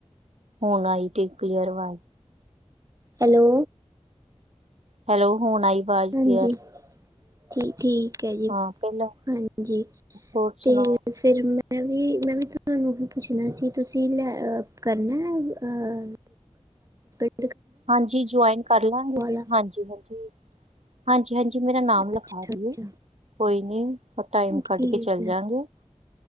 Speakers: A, on the right; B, on the right.
A: ਹੁਣ ਆਈ ਤੇ ਕਲੀਅਰ ਆਵਾਜ਼
B: ਹੈਲੋ
A: ਹੈਲੋ ਹੁਣ ਆਈ ਆਵਾਜ਼
B: ਹਾਂਜੀ
A: ਕਲੀਅਰ
B: ਠੀ ਠੀਕ ਠੀਕ ਹੈ ਜੀ
A: ਹਾਂ ਪਹਿਲਾਂ
B: ਹਾਂਜੀ
A: ਹੋਰ
B: ਤੇ
A: ਸੁਣਾਓ
B: ਫਿਰ ਮੈਂ ਵੀ ਮੈਂ ਵੀ ਤੁਹਾਨੂੰ ਹੀ ਪੁੱਛਣਾ ਸੀ ਤੁਸੀਂ ਲੈ ਕਰਨਾ ਆ <unintelligible>
A: ਹਾਂਜੀ ਜੁਆਇਨ ਕਰ ਲਾਂਗੇ
B: ਲਾ
A: ਹਾਂਜੀ ਹਾਂਜੀ ਹਾਂਜੀ ਹਾਂਜੀ ਮੇਰਾ ਨਾਮ ਲਿਖਾ
B: ਅੱਛਾ
A: ਦਿਓ
B: ਅੱਛਾ
A: ਕੋਈ ਨੀ ਪਰ ਟਾਈਮ
B: ਠੀਕ
A: ਕੱਢ ਕੇ ਚੱਲ
B: ਹੈ
A: ਜਾਗੇ